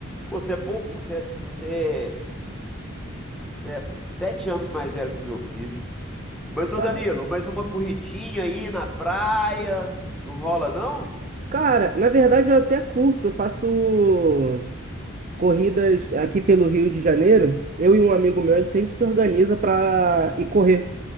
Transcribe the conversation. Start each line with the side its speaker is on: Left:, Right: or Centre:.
Centre: Pô, você é pouco, você, é- você, é, você é sete anos mais velho que meu filho. Mas, ô
Right: Pai.
Centre: Danilo, mais uma corridinha aí na praia, não rola não?
Right: Cara, na verdade eu até curto, eu faço corridas aqui pelo Rio de Janeiro, eu e um amigo meu, a gente sempre se organiza para ir correr.